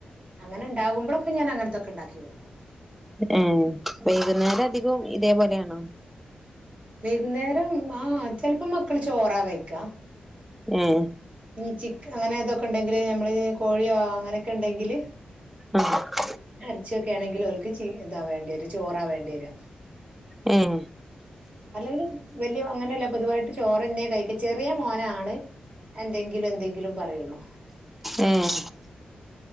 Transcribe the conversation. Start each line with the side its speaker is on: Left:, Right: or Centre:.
Right: അങ്ങനെ ഉണ്ടകുമ്പോഴൊക്കെ ഞാൻങ്ങനൊക്കെ ഉണ്ടാക്കി കൊടുക്കും
Centre: ഏഹ് വൈകുന്നേരം അധികം ഇതേപോലെയാണോ
Right: വൈകുന്നേരം ആഹ് ചെിലപ്പോ മക്കള് ചോറ കഴിക്കാ
Centre: ഉം
Right: ഉം ചിക്കാൻ അങ്ങനെ അതൊക്കെ ഉണ്ടെങ്കില് നമ്മള് കോഴിയാ അങ്ങനെയൊക്കെ ഉണ്ടെങ്കില്
Centre: ആഹ്
Right: അരച്ചൊക്കെ ആണെങ്കിൽ അവൾക്ക് ചി ഇതാ വേണ്ടി വരും ചോറാ വേണ്ടി വരുക.
Centre: ഉം
Right: അല്ലെങ്കിൽ വലിയ അങ്ങനെയല്ല പൊതുവായിട്ട് ചോറ്ന്നെ കഴിക്ക ചെറിയ മോനാണ് എന്തെങ്കിലും എന്തെങ്കിലും പറയുള്ളൂ
Centre: ഏഹ്